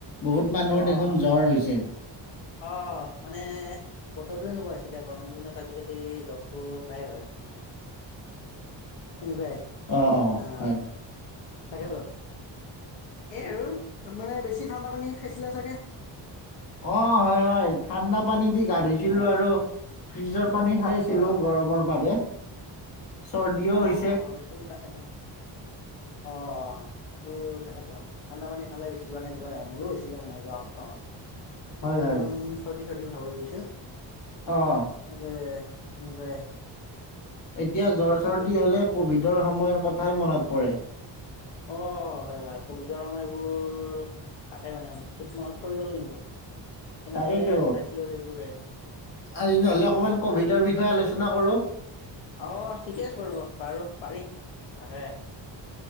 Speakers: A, on the left; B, on the left.
A: বহুত মানুহৰ
B: অ'
A: দেখোন জ্বৰ হৈছে।
B: অ মানে বতৰটোৱে এনেকুৱা হৈছে এতিয়া গৰম দিনত আজিকালি য'ত টো প্ৰায়ে হয় নহয়। এনেকুৱাই।
A: অ অ।
B: অ
A: হয়
B: তাকেইতো। এই আৰু মানে বেছি ঠাণ্ডা পানী খাইছিলে ছাগে?
A: অ হয় হয় ঠাণ্ডা পানী দি গা ধুইছিলোঁ
B: হয়
A: আৰু ফ্ৰিজৰ পানী খাই আছিলোঁ
B: অ
A: গৰমৰ বাবে। চৰ্দিও
B: অ
A: হৈছে
B: অ এইটো তাকেতো। অঁ। সেইটো থাকেতো ঠাণ্ডা পানী খালে বেছিভাগ তেনেকুৱা হয় মোৰো হৈছিলে মানে যোৱা সপ্তাহত।
A: হয় হয়
B: ইমান চৰ্দি চৰ্দি ভাব হৈ গৈছিল।
A: অৱ।
B: তাকে এনেকুৱাই।
A: এতিয়া জ্বৰ
B: বাকী
A: চৰ্দি হ'লে কভিডৰ সময়ৰ কথাই মনত পৰে।
B: অৱ হয় হয় কভিডৰ সময়বোৰ তাকে মানে ঠিক মাহত পৰি গ'ল কিন্তু কেনেকে
A: তাকেইতো
B: কটাইছিলো সেইবোৰে।
A: আজি নহ'লে অকমান
B: অ
A: কভিডৰ বিষয়ে আলোচনা কৰোঁ।
B: অৱ ঠিকে আছে বাৰু, বাৰু পাৰি তাকে।